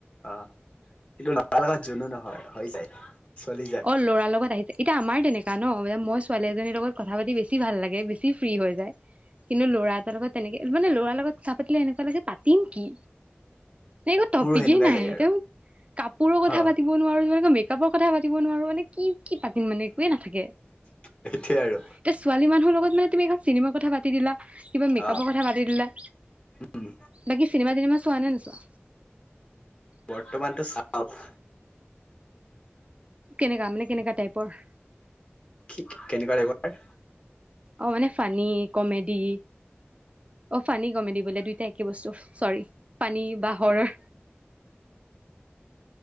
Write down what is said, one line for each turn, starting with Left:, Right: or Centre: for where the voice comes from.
Left: অ', কিন্তু লৰাৰ লগত জোনো নহয় হৈ যায় চলি যায়।
Right: অ ল'ৰাৰ লগত আহিছে, এতিয়া আমাৰ তেনেকা ন' মই ছোৱালী এজনীৰ লগত কথা পাতি বেছি ভাল লাগে বেছি ফ্ৰী হৈ যায়, কিন্তু ল'ৰা এটাৰ লগত তেনেকে মানে ল'ৰাৰ লগত কথা পাতিলে এনেকুৱা লাগে, পাতিম কি? নাই একো টপিকেই
Left: মোৰো সেনেকুৱাই
Right: নাই,
Left: লাগে আৰু
Right: একদম কাপোৰৰ কথা
Left: অ',
Right: পাতিব নোৱাৰো মেকআপৰ কথা পাতি পাতিব নোৱাৰো মানে কি কি পাতিম মানে একোৱে নাথাকে,
Left: সেইটোৱে আৰু
Right: এতিয়া ছোৱালী মানুহৰ লগত মানে তুমি একদম চিনেমাৰ কথা পাতি দিলা, কিবা মেকআপৰ
Left: অ',
Right: কথা পাতি দিলা
Left: উম,
Right: বাকী চিনেমা তিনেমা চোৱা নে নচোৱা?
Left: বৰ্তমানটো চাওঁ।
Right: কেনেকা মানে কেনেকা টাইপৰ?
Left: কি কেনেকুৱা টাইপৰ
Right: অ', মানে ফানী কমেডি অ', ফানী কমেদি বোলে দুইটাই একে বস্তু চৰি ফানী বা হৰৰ?